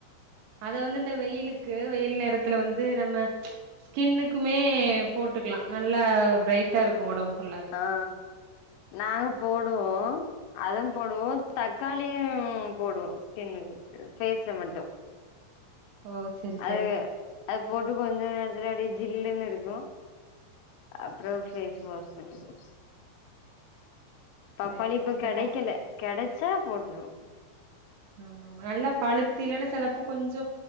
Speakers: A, on the right; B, on the left.
A: அத வந்து இந்த வெயிலுக்கு வெயில் நேரத்துல வந்து நம்ம கின்னுக்குமே போட்டுக்லா நல்லா பிரைட்டா இருக்கு ஒடம்பு ஃபுல்லா
B: ஆ நாங்க போடுவோ அதும் போடுவோ தக்காளியும் போடுவோ ஸ்கின்னுக்கு ஃபேஸ்ல மட்டு
A: ஓ செரி
B: அதுக
A: செரி
B: அது போட்டு கொஞ்ச நேரத்துலியே அப்டியே ஜில்லுனு இருக்கு அப்றோ ஃபேஸ் வாஷ் பண்ணிருவோ பப்பாளி
A: செரி செரி
B: இப்ப
A: இந்த
B: கெடைக்கல
A: பப்
B: கெடச்சா போட்டுபோ
A: ஆமா ஆமா நல்லாப் பழுத்து இல்லேனா செலப்போ கொஞ்சோ